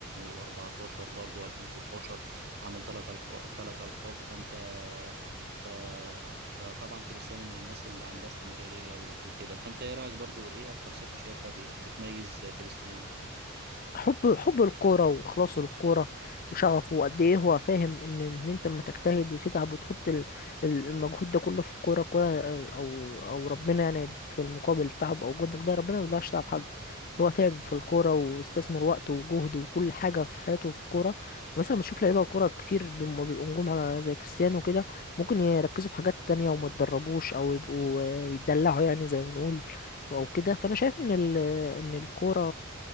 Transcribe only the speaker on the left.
حب حب الكوره وخلاصه للكوره وشغفه وقد ايه هو فاهم ان ان انت لما تجتهد وتتعب وتحط ال- ال- المجهود ده كله في الكوره الكوره ال- او او ربنا يعني يديك في المقابل تعب او جهدك ده ربنا ما يضيعش تعب حد هو تعب في الكوره واستثمر وقته وجهده وكل حاجه في حياته في الكوره مثلا بتشوف لعيبه كوره كتير بم- بيبقوا نجوم على زي كريستيانو كده ممكن يركزوا في حاجات تانية وما يتدربوش او يبقوا آه، بيتدلعوا يعني زي ما بنقول او كده فانا شايف ان ال- ان الكوره